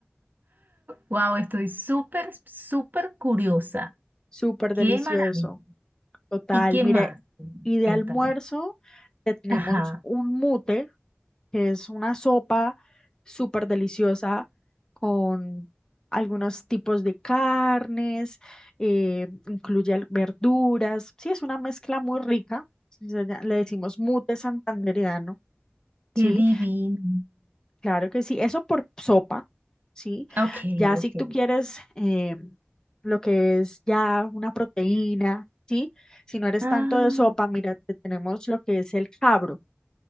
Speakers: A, on the right; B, on the left.
A: wow, estoy súper, súper curiosa.
B: súper
A: Qué
B: delicioso.
A: maravilla.
B: Total,
A: ¿Y qué
B: mire,
A: más?
B: y de
A: Cuéntame.
B: almuerzo te tenemos
A: Ajá,
B: un mute, que es una sopa súper deliciosa con algunos tipos de carnes, eh, incluye al- verduras. Sí, es una mezcla muy rica. se llama- Le decimos mute santandereano,
A: qué
B: ¿sí?
A: divino.
B: Claro que sí, eso por sopa, ¿sí?
A: Ok,
B: Ya
A: ok.
B: si tú quieres eh, lo que es ya una proteína, ¿sí? Si no eres
A: Ah,
B: tanto de sopa, mira, te tenemos lo que es el cabro,